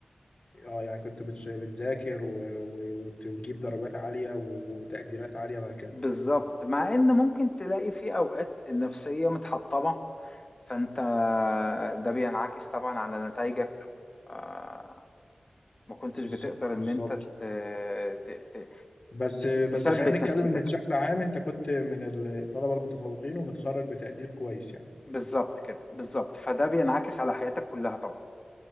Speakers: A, on the left; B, on the left.
A: اه يعني كنت بتش- بتذاكر و- و- وت- وتجيب درجات عالية و- وتقديرات عالية وهكذا
B: بالظبط مع ان ممكن تلاقي في اوقات النفسية متحطمة فانت ده بينعكس طبعا على نتائجك آه، ما كنتش
A: بالظبط
B: بتقدر
A: بالظبط
B: ان انت ت- ت- ت-
A: بس بس
B: تثبت
A: خلينا نتكلم
B: نفسيتك
A: ان بشكل عام انت كنت من الطلبه المتفوقين ومتخرج بتقدير كويس يعني
B: بالظبط كده بالظبط فده بينعكس على حياتك كلها طبعا